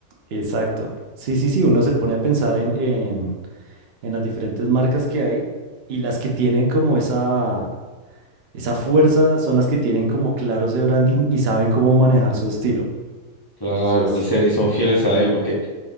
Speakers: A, on the right (about 50°); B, on the left (about 20°).
A: Exacto. Sí, sí, sí, uno se pone a pensar en, en, en las diferentes marcas que hay y las que tienen como esa, esa fuerza son las que tienen como claro ese branding y saben cómo manejar su estilo.
B: Claro,
A: Eso sí es
B: y, se- y son fieles a él, porque,